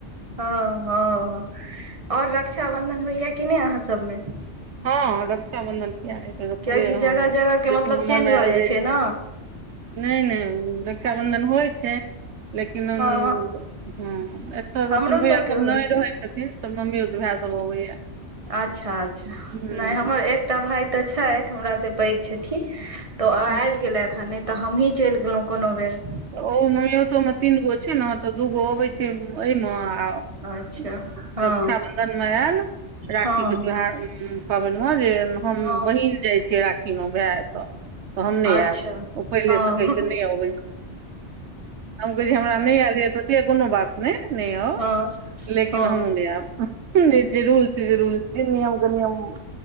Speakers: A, on the right (about 30°); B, on the right (about 75°).
A: ह ह ओर रक्षाबंधन होइय कि नहि अहाँ सबमे
B: हँ रक्षााबंधन किया ने हेतै ई ते
A: कियाकि
B: पूरे
A: जगह जगह के
B: जस्न
A: मतलब चेंज
B: मनायल
A: भऽ
B: जाइ छै
A: ने
B: नहि नहि रक्षाबन्धन होइ छै लेकिन
A: हँ
B: हँ ' तब
A: हमरो
B: अपन भैया
A: सबके
B: सब
A: होइ
B: नहि
A: छै
B: रहै छथिन तऽ मम्मीयोत भाय सब अबैया
A: अच्छा अच्छा
B: हूँ
A: नहि हमर एकटा भाय तऽ छथि हमरासँ पैघ छथिन। तऽ
B: हूँ
A: आबि गेलेथ ह नहि तऽ हमहीँ चलि गेलहुँ कोनो बेर
B: ओ ममियतो मे तीन गो छै ने तऽ दूगो अबै छै एहिमे आ
A: अच्छा
B: '
A: हँ
B: रक्षााबंधन मे याल राखी
A: हँ
B: के त्योहार
A: हँ
B: पाबनिमे जे हम
A: हँ
B: बहिन जाइ छै राखीमे भाय तऽ तऽ हम नहि
A: अच्छा
B: आयब ओ पहिले
A: हँ
B: सैके
A: हम
B: नहि अबै छै कह हमरा नहि आयल य तऽ से कोनो बात नहि नहि
A: हँ
B: लेकिन
A: हँ
B: हम ने जे रूल छै जे रूल छै नियम कनियम <inaudible>